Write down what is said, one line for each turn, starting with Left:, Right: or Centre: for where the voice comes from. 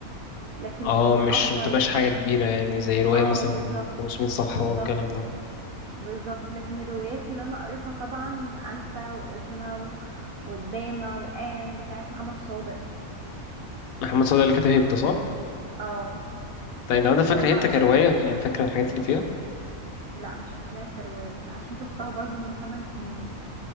Right: لكن
Left: اه
Right: اني
Left: مش
Right: افضل
Left: متبقاش حاجة كبيرة يعني زي رواية
Right: اه
Left: مثلا
Right: بالظبط
Left: 500 صفحة
Right: بالظبط
Left: والكلام ده
Right: بالظبط لكن الروايات اللي انا قريتها طبعا انت وازمه و- والدامه وان بتاعت محمد صادق
Left: محمد صادق اللي كاتب هبتة صح؟
Right: اه
Left: طيب انت عندك فاكر
Right: وبقى
Left: هبتة كرواية يعني فاكرة الحاجات اللي فيها؟
Right: لا مش فاكراها كروايه عشان شفتها برضو من 8 سنين